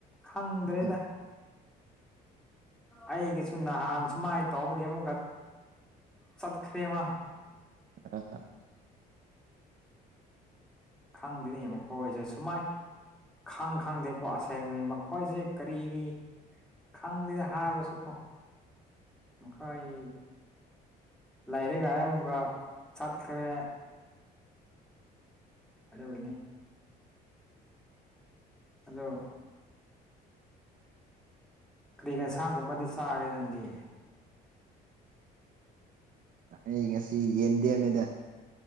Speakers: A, in the centre; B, on the right (about 55°).
A: ꯈꯪꯗ꯭ꯔꯦꯗ
B: ꯎꯝ
A: ꯑꯩꯒꯤꯁꯨ ꯅꯍꯥꯟ ꯁꯨꯃꯥꯏꯅ ꯇꯧꯕꯒꯤ ꯑꯃꯨꯛꯀ ꯆꯠꯈ꯭ꯔꯦꯃꯥ
B: <unintelligible> <unintelligible>
A: ꯈꯪꯗꯦꯅꯦ ꯃꯈꯣꯏꯁꯦ ꯁꯨꯃꯥꯏ ꯈꯪ ꯈꯪꯗꯦꯀꯣ ꯑꯁꯦꯡꯕꯅꯤ ꯃꯈꯣꯏꯁꯦ ꯀꯔꯤ ꯈꯪꯗꯦꯗ ꯍꯥꯏꯕꯁꯨꯀꯣ ꯃꯈꯣꯏ ꯂꯩꯔꯦ ꯒꯥꯔꯦ ꯑꯃꯨꯛꯀ ꯆꯠꯈꯔꯦ ꯑꯗꯨꯒꯤꯅꯤ ꯑꯗꯣ ꯀꯔꯤ ꯀ ꯁꯥꯡꯒꯨꯝꯕꯗꯤ ꯆꯥꯔꯦ ꯅꯪꯗꯤ
B: ꯑꯩ ꯉꯁꯤ ꯌꯦꯟꯗꯦꯝꯅꯤꯗ